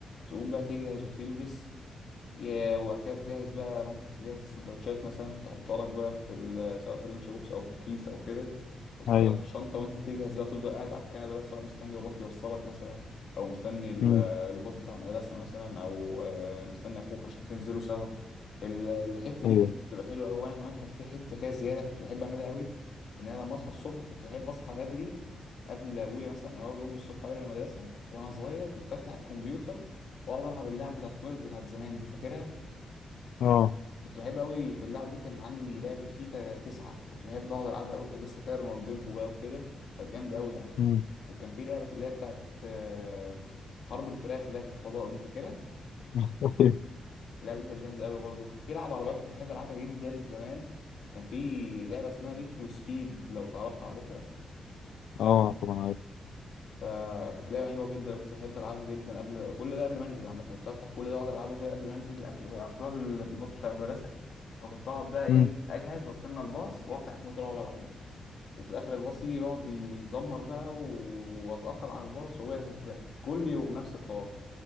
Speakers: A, on the left (about 60°); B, on the left (about 80°).
A: تقوم بقى تجهز وتلبس يا وهكذا تجهز بقى مامتك تجهز السندوتشات مثلا تحطها لك بقى في ال- سواء في اللانش بوكس او في كيس او كده وتحطها
B: ايوه
A: لك في الشنطه وانت تجهز بقى تفضل قاعد على الكنبه بقى سواء مستني باباك يوصلك مثلا او مستني ال-
B: امم
A: الباص بتاع المدرسه مثلا او آه، مستني اخوك عشان تنزلوا سوا ال- الحته دي
B: ايوه
A: كانت بتبقى حلوه قوي وانا كمان كان في حته كده زياده كنت بحب اعملها قوي ان انا لما اصحى الصبح كنت بحب اصحى بدري قبل ابويا مثلا او قبل امي الصبح قبل المدرسه وانا صغير كنت افتح الكمبيوتر واقعد العب اللعب بتاعت كوير بتاعت زمان دي فاكرها
B: اه
A: كنت بحب قوي في اللعب دي كان عندي لعبة فيفا تسعة كنت بحب اقعد العبها قوي كان لسه فيها رونالدينهو بقى وكده كانت جامدة قوي يعني
B: امم
A: وكان في لعبة اللي هي بتاعت آه، حرب الفراخ اللي هي في الفضاء دي فاكرها
B: <laughs>
A: اللعبة دي كانت جامدة قوي برضه وكان في لعبة عربيات كنت بحب العبها جدا زمان كان في لعبة اسمها نيد فور سبيد لو تعرفها عارفها
B: اه طبعا
A: فكانت لعبة حلوة جدا كنت بحب ألعبها جدا قبل كل ده قبل ما أنزل عامة كنت بفتح كل ده وأقعد ألعبه كده قبل ما أنزل قبل كنت بلعب بال- بالباص بتاع المدرسة فكنت أقعد بقى إيه
B: عارف.
A: أجهز وأستنى الباص وأفتح الكمبيوتر وأقعد ألعب وفي الاخر الباص يجي يقعد يزمر بقى و- واتاخر عن الباص وهو يهزقني كل يوم نفس الحوار